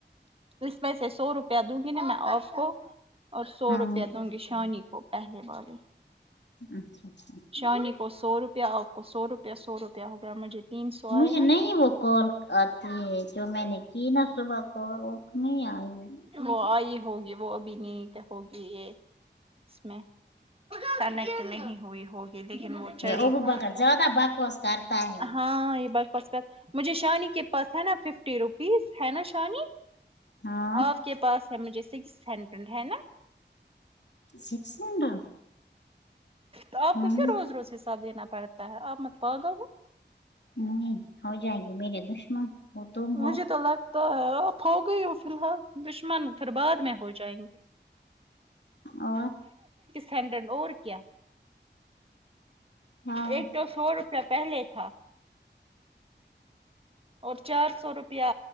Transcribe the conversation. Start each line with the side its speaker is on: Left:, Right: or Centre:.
Right: اس میں سے سو روپیہ دوں گی نا میں آپ کو اور سو
Left: ہاں
Right: روپیہ دوں گی شانی کو پہلے والے
Left: اچھا اچھا
Right: شانی کو سو روپیہ آپ کو سو روپیہ سو روپیہ ہوگا مجھے تین سو آئے
Left: مجھے
Right: نا
Left: نہیں وہ کال آتی ہے جو میں نے کی نا صبح کو اٹ نہیں آئی ہے
Right: وہ آئی ہوگی وہ ابھی نہیں ہوگی یہ اس میں کنیکٹ نہیں ہوئی ہوگی لیکن وہ
Left: یہ
Right: چڑی
Left: ابو
Right: ہوگی
Left: بکر زیادہ بکواس کرتا ہے
Right: ہاں یہ بر کسک مجھے شانی کے پاس ہے نا ففٹی روپیز ہے نا شانی
Left: ہاں
Right: آپ کے پاس ہے مجھے سکس ہنڈریڈ ہے نا
Left: سکس ہنڈریڈ
Right: تو آپ
Left: ہوں
Right: کو کیوں روز روز حساب دینا پڑتا ہے آپ مت پا گا ہو
Left: نہیں ہو جائیں گی میرے دشمن وہ تم ہو
Right: مجھے تو لگتا ہے آپ ہو گئی ہو فی الحال دشمن پھر بعد میں ہو جائیں گے
Left: اور
Right: سینڈرن اور کیا
Left: ہاں
Right: ایک تو سو روپیہ پہلے تھا اور چار سو روپیہ